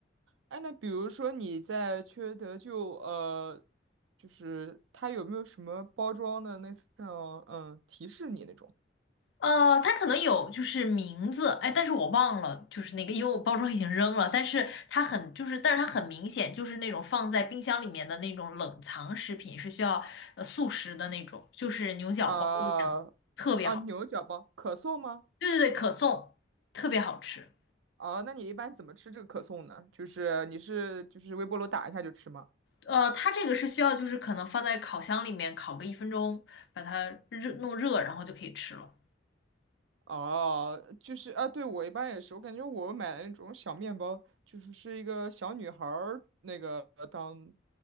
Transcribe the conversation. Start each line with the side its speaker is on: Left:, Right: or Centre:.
Right: 哎，那比如说你在缺德就呃，就是它有没有什么包装的那种嗯提示你那种
Left: 呃，它可能有就是名字，哎，但是我忘了，就是那个，因为我包装已经扔了，但是它很就是，但是它很明显就是那种放在冰箱里面的那种冷藏食品，是需要呃速食的那种，就是牛角包子这样，
Right: 啊
Left: 特别好。
Right: 啊牛角包可颂吗？
Left: 对对对，可颂特别好吃。
Right: 哦、那你一般怎么吃这个可颂呢？就是你是就是微波炉打一下就吃吗？
Left: 呃，它这个是需要就是可能放在烤箱里面烤个一分钟，把它热弄热，然后就可以吃了。
Right: 哦，就是啊，对，我一般也是，我感觉我买的那种小面包，就是是一个小女孩儿那个当